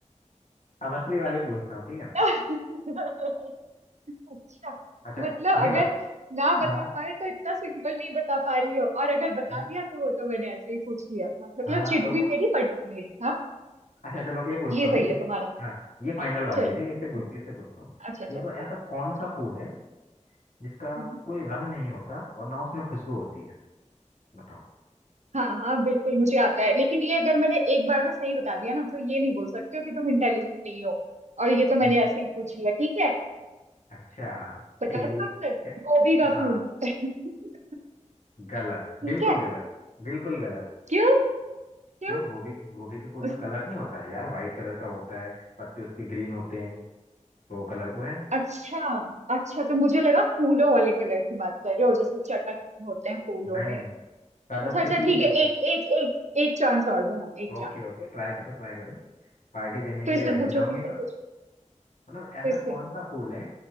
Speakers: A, on the left (about 80°); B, on the right (about 65°).
A: अब असली वाली पूछता हूँ ठीक है
B: <laughs> अच्छा
A: अच्छा
B: मतलब
A: ये
B: अगर
A: बता
B: ना बता
A: हाँ
B: पाए तो इतना सिंपल नहीं बता पा रही हो और अगर बता
A: हाँ
B: दिया तो वो तो मैंने ऐसे ही पूछ लिया था मतलब
A: हाँ
B: चिट
A: तो
B: भी मेरी पट भी मेरी हाँ
A: अच्छा चलो ये पूछता
B: ये
A: हूँ
B: सही
A: ठीक है
B: है
A: इस
B: तुम्हारा
A: हाँ ये फाइनल वाली
B: चलो
A: है ठीक
B: हम्म,
A: है इससे पूछ इससे पूछता हूँ
B: अच्छा चलो
A: ये बताओ ऐसा कौन सा
B: चलो।
A: फूल है जिसका
B: हम्म,
A: कोई रंग नहीं होता और ना उसमें खुशबू होती है बताओ
B: हाँ हाँ बिल्कुल मुझे आता है लेकिन ये अगर मैंने एक बार में सही बता दिया ना तो ये नहीं बोल सकते हो कि तुम इंटेलिजेंट नहीं हो और ये तो मैंने
A: हम्म
B: ऐसे ही पूछ लिया ठीक है
A: अच्छा
B: पटाखे
A: ठीक
B: का आंसर
A: है
B: गोभी का
A: हाँ
B: फूल <laughs> ठीक
A: गलत
B: है
A: बिल्कुल गलत बिल्कुल गलत
B: क्यों क्यों
A: क्यों गोभी के गोभी के फूल
B: उस,
A: में कलर नहीं होता है यार वाइट कलर का होता है पत्ते उसके ग्रीन होते हैं तो कलर तो है
B: अच्छा अच्छा तो मुझे लगा फूलों वाले कलर की बात कर रहे हो जैसे चटक होते हैं फूलों
A: नहीं
B: में
A: नहीं नहीं कलर
B: अच्छा
A: किसी
B: अच्छा ठीक
A: भी टाइप
B: है एक एक एक एक चांस और दो ना एक
A: का
B: चांस
A: ओके ओके ट्राई करो ट्राई करो पार्टी देने
B: फिर
A: के लिए
B: से
A: रेडी
B: पूछो
A: रहो
B: फिर
A: नहीं
B: से पूछो
A: तो मतलब ऐसा
B: फिर से
A: कौन सा फूल है